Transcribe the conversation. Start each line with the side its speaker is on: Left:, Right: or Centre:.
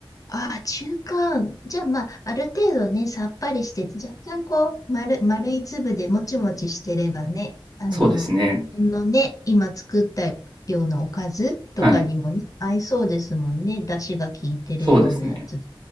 Left: ああ、中間。じゃあ、まあ、ある程度ね、さっぱりして、若干こう、丸、丸い粒でもちもちしてればね、あの、
Right: そうですね。
Left: 日本のね、今作ったようなおかずとかにもね、
Right: はい。
Left: 合いそうですもんね。出汁が効いてるようなやつ。
Right: そうですね。